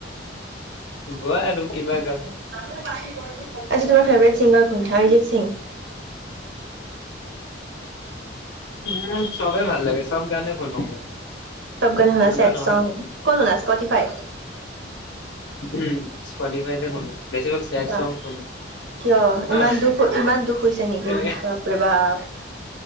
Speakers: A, on the left; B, on the right.
A: গোৱা আৰু কিবা গান।
B: আচ্ছা তোমাৰ ফেভৰেট ছিংগাৰ কোন, আৰিজিত সিং?
A: না। চবে ভাল লাগে, চব গানে শুনো মই।
B: চব গানে
A: এনেকুৱা
B: শুনা, চেড
A: নহয়
B: চং, ক'ত শুনা স্পটিফাই?
A: উম, স্পটিফাইতে শুনো। বেছিভাগ চেড
B: কিয়-কিয়
A: চং শুনো।
B: ইমান
A: অহ,
B: দুখ ইমান দুখ হৈছে নেকি?
A: এ
B: বাপৰে বাপ।